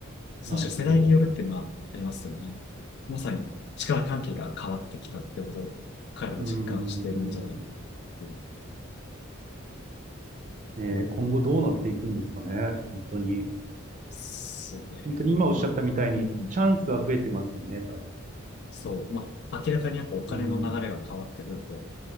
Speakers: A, on the right; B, on the left.
A: なるほど。
B: 確かに世代によるっていうのはありますよね。まさに力関係が変わってきたってことを彼らも実感してるんじゃないかなっていう。
A: うーん、ねえ、
B: そうで
A: 今後どうなっていくんですかね。本当に。
B: すね。
A: 本当に今おっしゃったみたいに、
B: まあ、うん、
A: チャンスは増えてますよね、多
B: そう。まあ、明らかにやっぱお金の流れが変わってくると、
A: 分。